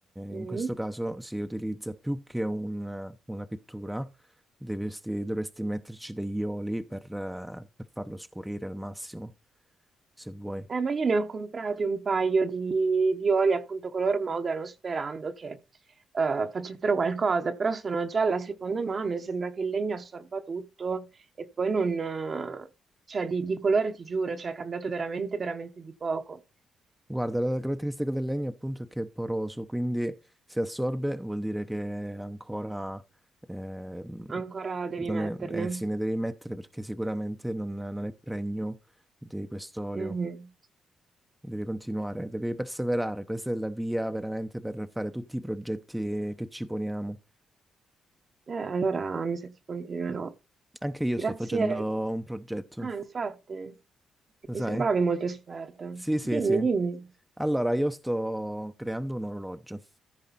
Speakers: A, on the right; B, in the centre.
A: Mm.
B: in questo caso si utilizza più che un- una pittura, dovresti, dovresti metterci degli oli per, eh, per farlo scurire al massimo, se vuoi.
A: Eh, ma io ne ho comprati un paio di, di oli appunto color mogano sperando che eh, facessero qualcosa, però sono già alla seconda mano e sembra che il legno assorba tutto e poi non... eh, cioè di, di colore ti giuro, cioè è cambiato veramente, veramente di poco.
B: Guarda, la caratteristica del legno appunto è che è poroso, quindi se assorbe vuol dire che è ancora ehm,
A: Ancora devi
B: non
A: metterne.
B: è, eh sì, ne devi mettere perché sicuramente non, non è pregno di quest'olio.
A: Mhm.
B: Devi continuare, devi perseverare, questa è la via veramente per fare tutti i progetti che ci poniamo.
A: Eh, allora mi sa che continuerò.
B: Anche io
A: Grazie.
B: sto facendo un progetto,
A: Ah, infatti, mi
B: lo sai?
A: sembravi molto esperta.
B: Sì, sì,
A: Dimmi,
B: sì.
A: dimmi.
B: Allora, io sto creando un orologio